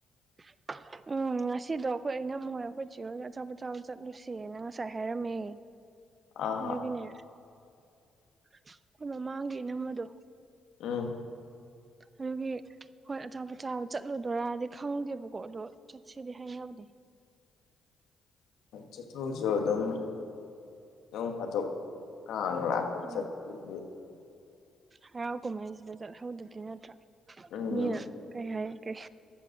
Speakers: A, on the right; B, on the left.
A: <inaudible> ꯎꯝ ꯉꯁꯤꯗꯣ ꯑꯩꯈꯣꯏ ꯑꯩꯅ ꯃꯣꯏ ꯑꯩꯈꯣꯏ ꯆꯤꯔꯣꯏꯗ ꯑꯆꯥꯄ ꯑꯣꯆꯥꯕ ꯆꯠꯂꯨꯁꯦꯅ ꯉꯁꯥꯏ ꯍꯥꯏꯔꯝꯃꯦ
B: ꯑꯥ
A: ꯑꯗꯨꯒꯤꯅꯦ ꯑꯩꯈꯣꯏ ꯃꯃꯥꯡꯒꯤꯦ ꯅꯃꯗꯣ
B: ꯎꯝ
A: ꯑꯗꯨꯒꯤ ꯍꯣꯏ ꯑꯆꯥꯄꯣꯆꯥꯕ ꯆꯠꯂꯨꯗꯣꯏꯔꯗꯤ ꯈꯪꯗꯦꯕꯀꯣ ꯑꯗꯣ ꯆꯠ ꯁꯤꯗ ꯍꯥꯏꯅꯕꯗꯦ
B: ꯆꯊꯨꯁꯨ ꯑꯗꯨꯝ ꯑꯗꯨꯣꯡ ꯐꯥꯗꯣꯛ ꯀꯥꯡ ꯂꯥꯛꯄ ꯆꯠꯄꯒꯤ
A: ꯎꯝ ꯍꯔꯥꯎ ꯀꯨꯝꯍꯩꯁꯤꯗ ꯆꯠꯍꯧꯗꯗꯤ ꯅꯠꯇ꯭ꯔꯥ
B: ꯎꯝ
A: ꯃꯤꯅ ꯀꯩ ꯍꯥꯏ ꯀꯩ